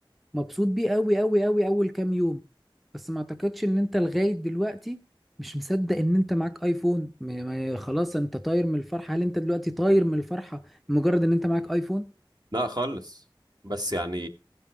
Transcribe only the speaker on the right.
لا خالص بس يعني